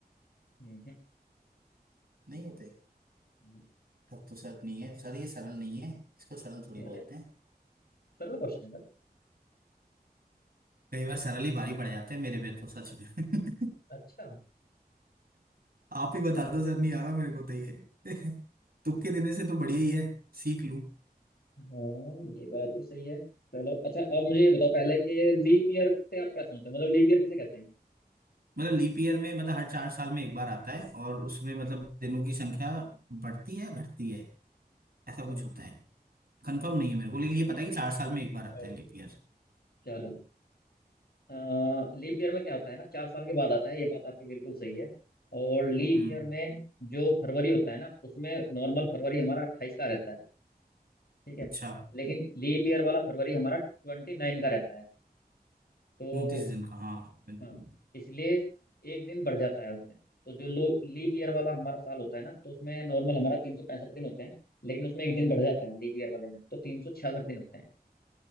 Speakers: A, on the left; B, on the right.
A: हम्म हम्म,
B: नहीं होते
A: हम्म।
B: तब तो सर नहीं है सर ये सरल नहीं है इसको सरल थोड़ी
A: यार
B: बोलते हैं
A: कर लो क्वेश्चन है सर
B: कई बार सरल ही भारी पड़ जाते हैं मेरे पे तो सच में <laughs>
A: अच्छा
B: आप ही बता दो सर नहीं आ रहा मेरे को तो ये <laughs> तुक्के देने से तो बढ़िया ही है सीख लूं
A: हाँ ये बात भी सही है चलो अच्छा अब मुझे ये बताओ पहले कि लीप ईयर से आप क्या समझते हो मतलब लीप ईयर किसे कहते हैं
B: मतलब लीप ईयर में मतलब हर चार साल में एक बार आता है और उसमें मतलब दिनों की संख्या बढ़ती है घटती है ऐसा कुछ
A: हम्म
B: होता है कंफर्म नहीं है मेरे को लेकिन ये पता है कि चार साल में एक बार आता
A: ओके
B: है लीप ईयर
A: चलो लीप ईयर में क्या होता है ना चार साल के बाद आता है ये बात आपकी बिल्कुल सही है और लीप
B: हम्म
A: ईयर में जो फरवरी होता है ना उसमें नॉर्मल फरवरी हमारा अट्ठाईस का रहता है ठीक है
B: अच्छा
A: लेकिन लीप ईयर वाला फरवरी हमारा ट्वेंटी नाइन का रहता है तो
B: उनतीस दिन का हाँ बिल्कुल
A: हाँ इसलिए एक दिन बढ़ जाता है उसमें तो जो लो लीप ईयर वाला हमारा साल होता है ना तो उसमें नॉर्मल हमारा तीन सौ पैंसठ दिन होते हैं लेकिन उसमें एक दिन बढ़ जाता है लीप ईयर वाले में तो तीन सौ छियासठ दिन होते हैं